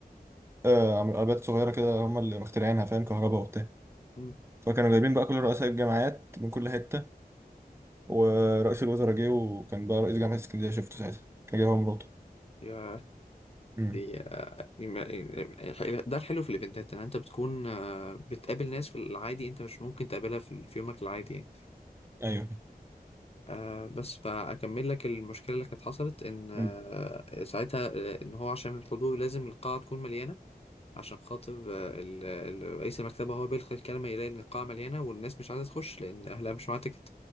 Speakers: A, on the right; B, on the left.
A: آه، عملوا عربيات صغيرة كده هم اللي مخترعينها فاهم كهرباء وبتاع
B: مم.
A: فكانوا جايبين بقى كل رؤساء الجامعات من كل حتة ورئيس الوزراء جه وكان بقى رئيس جامعة اسكندرية شفته ساعتها كان جاي هو مراته
B: يا
A: امم
B: دي دي ما- إيه، إيه، ده الحلو في الإيفنتات إن أنت بتكون آه، بتقابل ناس في العادي أنت مش ممكن تقابلها في في يومك العادي يعني
A: ايوه
B: آه، بس فأكمل لك المشكلة اللي كانت حصلت إن آه،
A: مم.
B: ساعتها آه، إن هو عشان الحضور لازم القاعة تكون مليانة عشان خاطر آه، ال- ال- رئيس المكتبة هو بيلقي الكلمة يلاقي إن القاعة مليانة والناس مش عايزة تخش لأن أهلها مش معاها تيكت